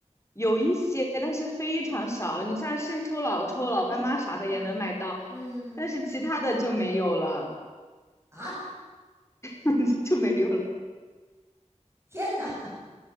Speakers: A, on the left; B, on the right.
A: 有一些，但是非常少。
B: 嗯
A: 你像生抽、老抽、老干妈啥的也能买到，
B: 嗯嗯嗯嗯嗯嗯嗯
A: 但是其他的就没有了。
B: 啊！
A: <laughs> 就没有了，
B: 天哪，<laughs>